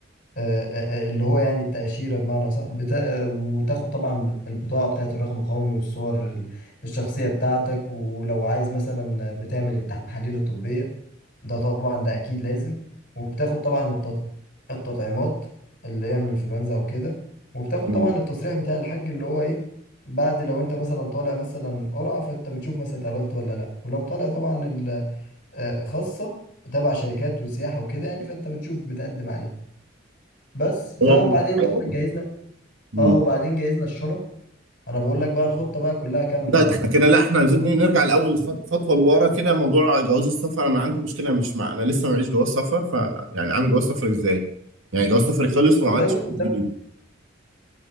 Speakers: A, on the left; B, on the right.
A: آه، آه، آه، اللي هو يعني التأشيرة بمعنى صح بتا... وتاخد طبعا البطاقة بتاعة الرقم القومي والصور ال- الشخصية بتاعتك ولو عايز مثلا بتعمل التحاليل الطبية ده طبعا ده أكيد لازم وبتاخد طبعا التط... التطعيمات اللي هي من الإنفلونزا أو كده وبتاخد
B: مم.
A: طبعا التصريح بتاع الحج اللي هو إيه بعد لو أنت مثلا طالع مثلا قرعة فأنت بتشوف مثلا اتقبلت ولا لأ ولو طالع طبعا ال- آه، خاصة تبع شركات وسياحة وكده يعني فأنت بتشوف بتقدم عليها بس ف
B: اه
A: وبعدين
B: آه.
A: طبعا جهزنا
B: مم.
A: اه وبعدين جهزنا الشنط انا بقول لك بقى الخطه بقى كلها كامله
B: لا
A: بقى
B: ده احنا كده لا احنا عايزين إيه، نرجع لاول خط- خطوه لورا كده موضوع جواز السفر انا عندي مشكله مش مع انا لسه معيش جواز سفر ف يعني اعمل جواز سفر ازاي؟ يعني جواز سفري خلص
A: والله
B: وما عملتش
A: بص
B: واحد
A: انت
B: جديد